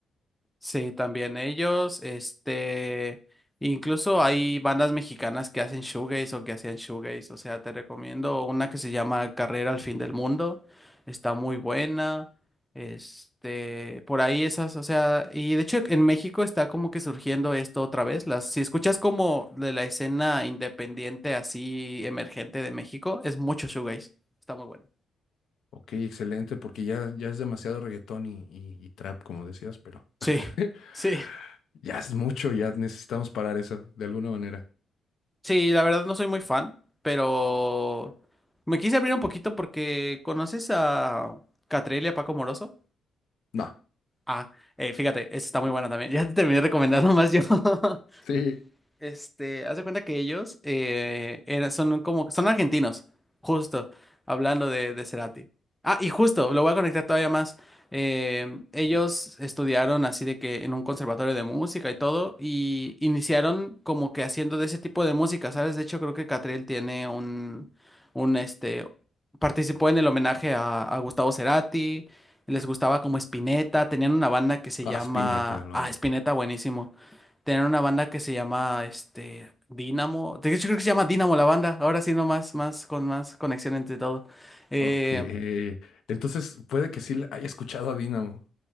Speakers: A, in the centre; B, on the left.
A: Sí, también ellos, este, incluso hay bandas mexicanas que hacen shoegaze o que hacían shoegaze, o sea, te recomiendo una que se llama Carrera al fin del mundo, está muy buena, este, por ahí esas, o sea, y de hecho en México está como que surgiendo esto otra vez, las, si escuchas como de la escena independiente así emergente de México, es mucho shoegaze, está muy bueno.
B: Ok, excelente, porque ya, ya es demasiado reggaetón y, y- y trap, como decías, pero
A: Sí,
B: <laughs>
A: <laughs> sí.
B: ya es mucho, ya necesitamos parar eso de alguna manera.
A: Sí, la verdad no soy muy fan, pero me quise abrir un poquito porque ¿conoces a Catriel y a Paco Moroso?
B: No,
A: Ah, eh, fíjate, esa está muy buena también. <laughs> Ya te terminé recomendando más yo. <laughs>
B: sí.
A: Este, haz de cuenta que ellos eh, eran- son como, son argentinos, justo, hablando de, de Cerati. Ah, y justo, lo voy a conectar todavía más. eh, ellos estudiaron así de que en un conservatorio de música y todo, y iniciaron como que haciendo de ese tipo de música, ¿sabes? De hecho, creo que Catriel tiene un, un, este, participó en el homenaje a, a Gustavo Cerati, les gustaba como Spinetta, tenían una banda que se
B: Ah,
A: llama,
B: Spinetta, lo
A: ah,
B: amo.
A: Spinetta, buenísimo. Tenían una banda que se llama este Dynamo. De hecho, creo que se llama Dynamo la banda. Ahora sí, no más, más, con más conexión entre todo. Eh,
B: Ok. Entonces, puede que sí haya escuchado a Dynamo.